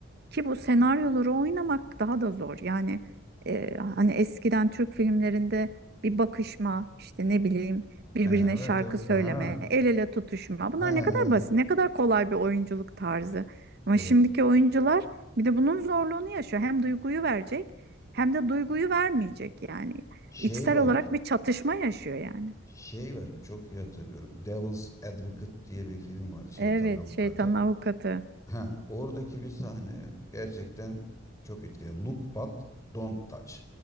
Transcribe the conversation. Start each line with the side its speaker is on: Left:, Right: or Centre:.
Right: ki bu senaryoları oynamak daha da zor. Yani e, hani eskiden Türk filmlerinde bir bakışma, işte ne bileyim birbirine
Left: evet
Right: şarkı
Left: evet
Right: söyleme,
Left: ha, ha,
Right: el ele tutuşma. Bunlar
Left: ha,
Right: ne kadar basit, ne kadar kolay bir oyunculuk tarzı. Ama
Left: evet
Right: şimdiki oyuncular bir de bunun zorluğunu yaşıyor. Hem duyguyu verecek hem de duyguyu vermeyecek yani.
Left: şey
Right: İçsel
Left: var
Right: olarak bir çatışma yaşıyor yani.
Left: Şey var çok iyi hatırlıyorum. Devil's Advocate diye bir film vardı. Şeytanın
Right: Evet,
Left: avukatı.
Right: şeytanın avukatı.
Left: Ha, oradaki bir sahne gerçekten çok etkili. Look but don't touch.